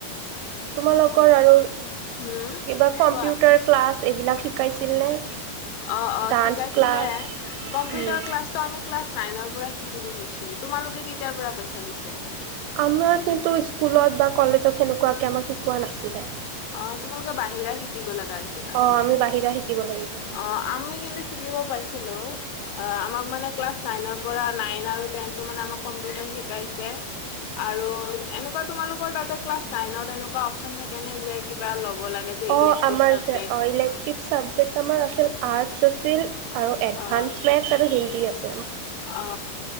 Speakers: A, on the right; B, on the left.
A: তোমালোকৰ আৰু
B: হম
A: কিবা কম্পিউটাৰ
B: কোৱা
A: ক্লাছ এইবিলাক শিকাইছিলনে
B: অ অ
A: ডান্স
B: শিকাইছিলে
A: ক্লাছ
B: কম্পিউটাৰত
A: উম,
B: ক্লাছটো আমি ক্লাছ নাইনৰ পৰা শিকিব গৈছো তোমালোকে কেতিয়াৰ পৰা পাইছা পিছে
A: আমাৰ কিন্তু স্কুলত বা কলেজত সেনেকুৱাকে আমাক শিকোৱা নাছিলে
B: অ তোমালোকে বাহিৰা শিকিব লগা হৈছে তাৰমানে
A: অ', আমি বাহিৰা শিকিব লাগিব
B: অ আমি কিন্তু শিকিব পাইছিলো অ আমাক মানে ক্লাছ নাইনৰ পৰা, নাইন আৰু টেন টো মানে আমাক কম্পিউটাৰ শিকিইছে আৰু এনেকুৱা তোমালোকৰ তাতে ক্লাছ নাইনত এনেকুৱা অপশচন থাকে নে যে কিবা ল'ব লাগে যে
A: অ
B: ইলেক্টিভ
A: আমাৰ
B: চাবজেক্ট
A: যে অ ইলেক টিপ চাবজেক্ট আমাৰ আছিল আৰ্টছ আছিল আৰু এডভান্স
B: অ
A: মেথছ আৰু হিন্দী আছ
B: অ